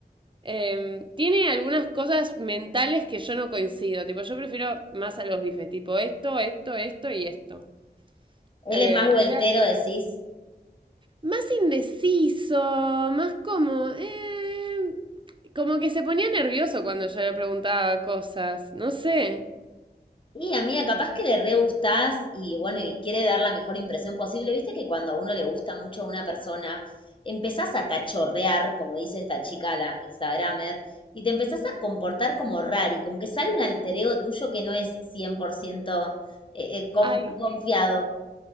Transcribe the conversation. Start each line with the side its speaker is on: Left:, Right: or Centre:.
Right: Em, tiene algunas cosas mentales que yo no coincido. Tipo, yo prefiero más a los bifes. Tipo, esto, esto, esto y esto.
Left: Él
Right: Eh,
Left: es más vueltero,
Right: era
Left: decís.
Right: más indeciso, más como... eh, como que se ponía nervioso cuando yo le preguntaba cosas. No sé.
Left: Y amiga, capaz que le re gustás y bueno, y quiere dar la mejor impresión posible. Viste que cuando a uno le gusta mucho a una persona, empezás a cachorrear, como dice esta chica, la Instagramer, y te empezás a comportar como rari, como que sale un alter ego tuyo que no es 100% eh, eh, con-
Right: Ay.
Left: confiado.